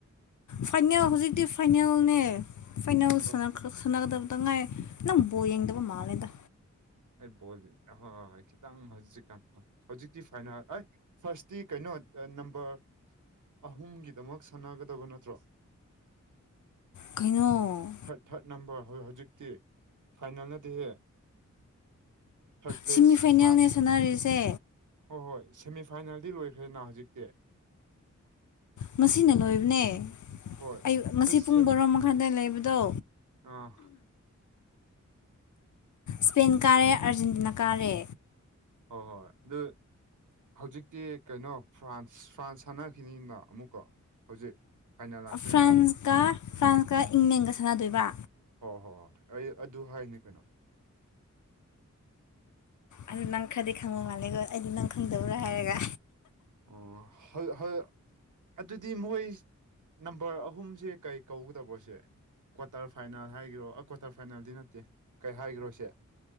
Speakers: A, on the left; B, on the right.
A: ꯐꯥꯏꯅꯦꯜ ꯍꯨꯖꯤꯛꯇꯤ ꯐꯥꯏꯅꯦꯜꯅꯦ ꯐꯥꯏꯅꯦꯜ ꯁꯥꯟꯅꯈ꯭ꯔ
B: ꯑꯣ
A: ꯁꯥꯟꯅꯒꯗꯕꯗ ꯇꯪ ꯉꯥꯏꯔꯦ ꯅꯪ ꯕꯣꯜ ꯌꯦꯡꯗꯕ ꯃꯥꯜꯂꯦꯗ
B: ꯑꯩ ꯕꯣꯜꯖꯦ ꯑꯍꯣꯏ ꯍꯣꯏ ꯈꯤꯇꯪ ꯍꯧꯖꯤꯛꯀꯥꯟ ꯍꯨꯖꯤꯛꯇꯤ ꯐꯥꯏꯅꯥꯜ ꯑꯥꯏ ꯐꯥꯔꯁꯇꯤ ꯀꯩꯅꯣ ꯑ ꯅꯝꯕꯔ ꯑꯍꯨꯝꯒꯤꯗꯃꯛ ꯁꯥꯟꯅꯒꯗꯕ ꯅꯠꯇ꯭ꯔꯣ
A: ꯀꯩꯅꯣ
B: ꯊ꯭ꯔꯠ ꯊ꯭ꯔꯠ ꯅꯝꯕꯔ ꯍꯧ ꯍꯧꯖꯤꯛꯇꯤ ꯐꯥꯏꯅꯦꯜꯅꯠꯇꯤꯌꯦ ꯊ꯭ꯔꯠ ꯄ꯭ꯂꯦꯁ
A: ꯁꯤꯃꯤ ꯐꯥꯏꯅꯦꯜꯅꯦ
B: ꯐ꯭ꯔꯥꯟꯁ
A: ꯁꯥꯟꯅꯔꯤꯁꯦ
B: ꯍꯣ ꯍꯣꯏ ꯁꯦꯃꯤꯐꯥꯏꯅꯦꯜꯗꯤ ꯂꯣꯏꯈ꯭ꯔꯦꯅꯥ ꯍꯧꯖꯤꯛꯇꯤ
A: ꯉꯁꯤꯅ ꯂꯣꯏꯕꯅꯦ
B: ꯍꯣꯏ
A: ꯑꯌꯨꯛ ꯉꯁꯤ
B: ꯑꯗꯨ
A: ꯄꯨꯡ
B: ꯁꯦꯝ
A: ꯕꯥꯔꯣ ꯃꯈꯥꯏꯗ ꯂꯩꯕꯗꯣ
B: ꯑꯥ
A: ꯁ꯭ꯄꯦꯟ ꯀꯥꯔꯦ ꯑꯥꯔꯖꯦꯟꯇꯤꯅꯥ ꯀꯥꯔꯦ
B: ꯍꯣ ꯍꯣꯏ ꯑꯗꯨ ꯍꯧꯖꯤꯛꯇꯤ ꯀꯩꯅꯣ ꯐ꯭ꯔꯥꯟꯁ ꯐ꯭ꯔꯥꯟꯁ ꯁꯥꯟꯅꯈꯤꯅꯤꯅ ꯑꯃꯨꯛꯀꯣ ꯍꯧꯖꯤꯛ ꯐꯥꯏꯅꯦꯜ ꯂꯥꯛꯇ꯭ꯔꯤꯉꯩꯗ
A: ꯐ꯭ꯔꯥꯟꯁꯀ ꯐ꯭ꯔꯥꯟꯁꯀ ꯏꯪꯂꯦꯟꯒ ꯁꯥꯟꯅꯗꯣꯏꯕ
B: ꯍꯣ ꯍꯣ ꯍꯣꯏ ꯑꯩ ꯑꯗꯨ ꯍꯥꯏꯅꯤ ꯀꯩꯅꯣ
A: ꯑꯗꯨ ꯅꯪ ꯈꯔꯗꯤ ꯈꯪꯕ ꯃꯥꯜꯂꯦꯀꯣ ꯑꯩꯗꯤ ꯅꯪ ꯈꯪꯗꯕ꯭ꯔꯥ ꯍꯥꯏꯔꯒ
B: ꯑꯣ ꯍ ꯍ ꯑꯗꯨꯗꯤ ꯃꯣꯏ ꯅꯝꯕꯔ ꯑꯍꯨꯝꯁꯦ ꯀꯩ ꯀꯧꯒꯗꯕ꯭ꯔꯣꯁꯦ ꯀ꯭ꯋꯥꯇꯔ ꯐꯥꯏꯅꯦꯜ ꯍꯥꯏꯒꯦꯔꯣ ꯑꯥ ꯀ꯭ꯋꯥꯇꯔ ꯐꯥꯏꯅꯦꯜꯗꯤ ꯅꯠꯇꯦ ꯀꯩ ꯍꯥꯏꯒꯦꯔꯣꯁꯦ